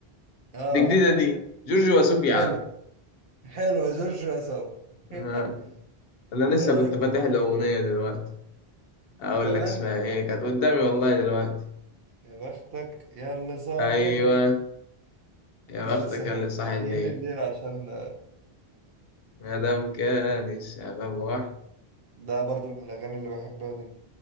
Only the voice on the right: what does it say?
اه
حلو
حلو جورج وسوف <laughs>
ايه رايك
في
جورج
وسوف؟
كمان
يا بختك يا اللي صاحي
الليل
لا
بس احنا
صاحيين
الليل عشان
<laughs> ده برضو من الاغاني اللي بحبها دي